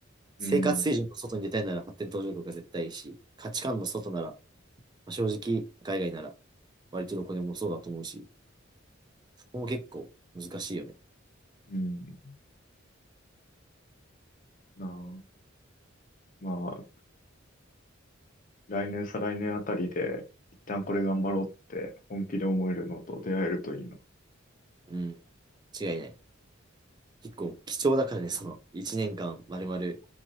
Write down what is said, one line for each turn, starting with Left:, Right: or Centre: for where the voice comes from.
Right: 生活水準の外に出たいなら発展途上国が絶対いいし、
Left: うん。
Right: 価値観の外なら、まあ、正直、海外なら割とどこでもそうだと思うし、そこも結構難しいよね。
Left: うん。なあ。まあ来年、再来年あたりで、一旦これ頑張ろうって本気で思えるのと出会えるといいな。
Right: うん、違いない。結構貴重だからね、その1年間まるまる